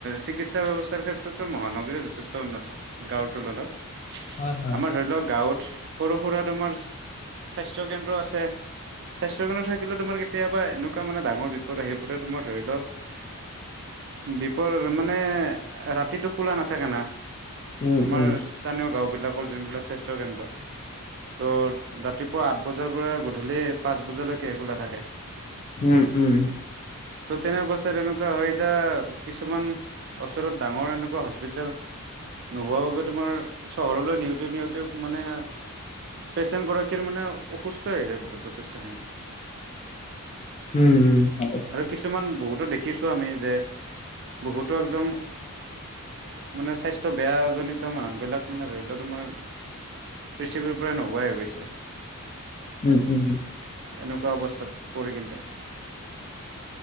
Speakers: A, on the right (about 50°); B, on the left (about 30°).
A: চিকিৎসা ব্যৱস্থাৰ ক্ষেত্ৰতো মহানগৰী যথেষ্ট উন্নত গাঁৱত তুলনাত
B: হয় হয়।
A: আমাৰ ধৰি লওঁক গাঁৱত সৰু সৰুৱা তোমাৰ স্বাস্থ্য কেন্দ্ৰ আছে স্বাস্থ্য কেন্দ্ৰ থাকিলেও তোমাৰ কেতিয়াবা এনেকুৱা মানে ডাঙৰ বিপদ আহি পৰে তোমাৰ ধৰি লও বিপদ মানে ৰাতিটো খোলা নাথাকে না
B: উম
A: আমাৰ
B: উম
A: স্থানীয় গাঁওবিলাকৰ যোনবিলাক স্বাস্থ্যক কেন্দ্ৰ ত' ৰাতিপুৱা আঠ বজাৰ পৰা গধূলি পাঁচ বজালৈকে খোলা থাকে
B: উম উম
A: ত' তেনে অৱস্থা এনেকুৱা হয় যায় কিছুমান ওচৰত ডাঙৰ এনেকুৱা হস্পিতেল নোহোৱা বাবে তোমাৰ চহৰলৈ নিওঁতে নিওঁতে মানে প্ৰেচেণ্ট গৰাকীৰ মানে অসুস্থ হৈ যায় বহুত যথেষ্টখিনি
B: উম উম হয়
A: আৰু কিছুমান বহুতো দেখিছোঁ আমি যে বহুতো একদম মানে স্বাস্থ্য বেয়াজিত মানুহবিলাক মানে ধৰি লও তোমাৰ পৃথিৱীৰ পৰাই নোহোৱাই গৈছে
B: উম উম উম
A: এনেকুৱা অৱস্থাত পৰি কিন্তে